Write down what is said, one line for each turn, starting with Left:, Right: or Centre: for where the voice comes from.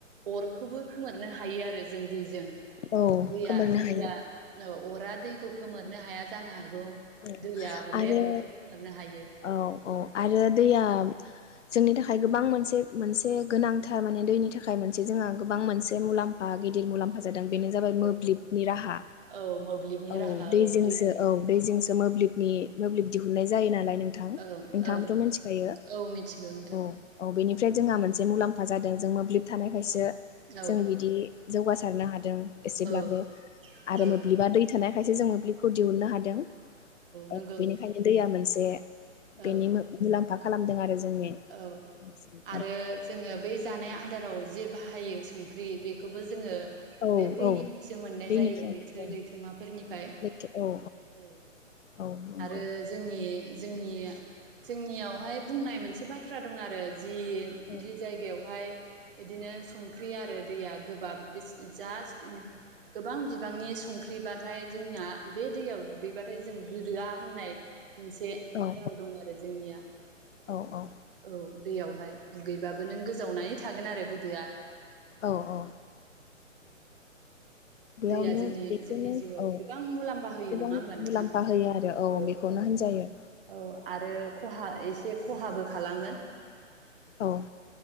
Right: अरखौबो खोमोरनो हायो आरो जों दैजों‌।
Left: औ
Right: दैया
Left: खोमोरनो
Right: दैया
Left: हायो
Right: औ अर अरा दैखौ खोमोरनो हाया जानो हागौ
Left: औ
Right: दैया हले
Left: आरो
Right: अरखौ खोमोरनो हायो
Left: औ औ आरो दैया जोंनि थाखाय गोबां गोबां मोनसे मोनसे गोनांथार माने दैनि थाखाय मोन जोङो गोबां मोनसे मुलाम गिदिर मुलाम्फा ज बेनो जाबाय
Right: औ
Left: मोब्लिबनि राहा
Right: औ मोब्लिबनि
Left: औ
Right: राहा
Left: दै
Right: दैजोंसो
Left: औ दै मोब्लिबनि मोब्ब दिहुननाय जायो नालाय नों नोंथां
Right: ओं
Left: नोंथांथ'
Right: ओं
Left: मिथिखायो औ
Right: मिथिगौ नोंथां
Left: औ बेनि ओमफ्राय जोंहा मोनसे मुलाम्फा जादों जों मोब्लिब थानायखायसो
Right: औ
Left: जों बिदि जौगासारनो हादों एसेब्लाबो
Right: औ
Left: आरो
Right: औ
Left: मोब्लिबा दै थानाय खायसे जों मोब्लिबखौ दिहुननो हादों
Right: नंगौ
Left: औ बेनिखायनो
Right: थारैनो
Left: दैया मोनसे
Right: औ
Left: बेनि मुलाम्फा खालामदों आरो जोंनि
Right: औ
Left: बांसिन
Right: आरो जोङो बै जानाय आदाराव जे बाहायो संख्रि बेखौबो जोङो
Left: औ
Right: बे दैनिफ्रायसो
Left: औ
Right: मोननाय
Left: दैनिफ्रायनो
Right: जायो लैथो
Left: औ
Right: लैथ माफोरनिफ्राय
Left: लैथो औ
Right: औ
Left: औ नंगौ
Right: आरो जोंनि जोंनि जोंनियावहाय बुंनाय मोनसे बाथ्रा दं आरो जि
Left: औ
Right: जि जायगायावहाय बिदिनो संख्रि आरो दैया गोबाब जा गोबां बिबांनि संख्रिबाथाय जोंना बे दैयाव दुगैबाथाय जों गोदोआ होननाय मोनसे
Left: औ
Right: राव दं आरो जोंनिया
Left: औ औ
Right: औ दैयावहाय दुगैबाबो नों गोजावनानै थागोन आरो गोदोआ
Left: औ औ। बेयावनो
Right: दैया जोंनि
Left: बेखौनो
Right: जोंनि जिउआव
Left: औ
Right: गोबां मुलामबा होयो
Left: गोबां
Right: नंङा होमबा नोंथां
Left: मुलाम्फा होयो आरो
Right: औ
Left: बेखौनो
Right: औ
Left: होनजायो
Right: औ आरो
Left: औ
Right: खहा एसेब खहाबो खालामो।
Left: औ।